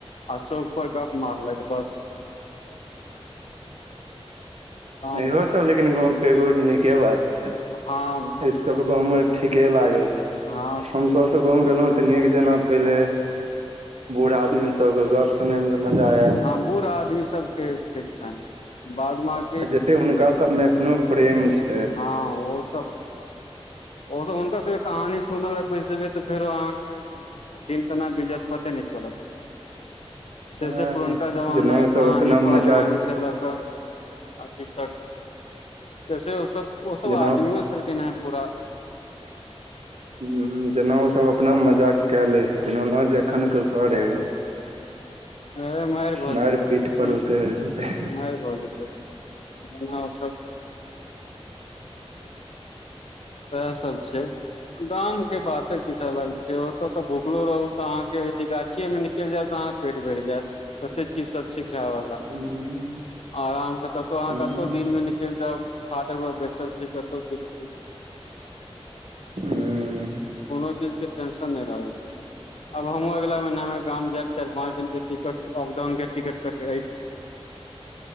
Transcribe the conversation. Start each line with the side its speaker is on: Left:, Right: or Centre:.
Left: आ चौक पर गप मारलैत बस। गाँव
Right: इहो सब लेकिन गाँवके एगो नीके बात छैय
Left: हँ
Right: एहि सब गाँवमे ठीके लागै छैय
Left: हँ
Right: हमस तऽ। गाँव गेलहुँ तऽ नीक जना पहिले बूढ़ आदमी सबके गप उतनेमे ज मजा आइल।
Left: हाँ बूढ़ आदमी सब के ठीक छैन बाद बाकि।
Right: आ जते हुनका सब में एखनो प्रेम छैय।
Left: हाँ ओ सब। ओ सब हुनका सबके कहानी सुनल बैस जेबै तऽ फेर अहाँके दिन केन बित जेते पते नहि चलत। सेसे
Right: वएह
Left: पुरनका
Right: ने
Left: जमानाह
Right: जेना ओसभ
Left: कहानी
Right: अपना
Left: पहलवानी
Right: मजाक
Left: से लऽक अभी तक। जैसे ओ सब ओ सब
Right: जेना
Left: आदमियो छलखिन है पूरा
Right: हम्म जेना ओसभ अपना मजाक कए लै छथिन ओना जे एखन कियो करै।
Left: अरे माइर भऽ
Right: मारि
Left: जेतै
Right: पीठ पर
Left: ह
Right: उतरि जेतै
Left: माइर भ जेतै। ओना ओसब। सएह सब छै गाम के बाते किछ अलग छै ओत तऽ भुखलो रहू तऽ अहाँके यदि गाछिए मे निकल जैब त अहाँ पेट भैर जायत। कते चीज सब छै खायवाला
Right: हूँ
Left: आराम स कतहु अहाँ
Right: हूँ
Left: कतहु दिन मे निकलि जाउ। आटक ब बेसल छी कतै किछ
Right: हूँ
Left: कोनो चीज के टेंशन नै रहै छै। अब हमहूँ अगला महीना मे गाम जायब चाइर पांच दिन के टिकट अपडाउन के टिकट करके अछि।